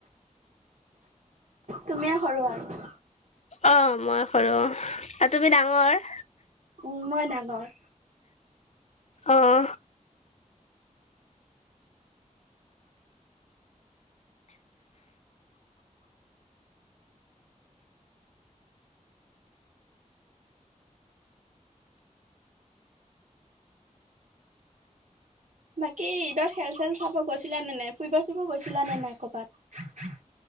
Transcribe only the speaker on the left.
অ মই সৰু আ তুমি ডাঙৰ?
অহ।